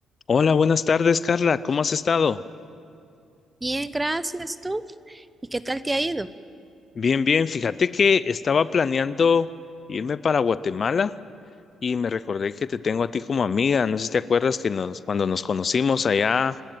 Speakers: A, on the left; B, on the right.
A: Hola, buenas tardes, Carla. ¿Cómo has estado?
B: Bien, gracias tú. ¿Y qué tal te ha ido?
A: Bien, bien. Fíjate que estaba planeando irme para Guatemala y me recordé que te tengo a ti como amiga. No sé si te acuerdas que nos, cuando nos conocimos allá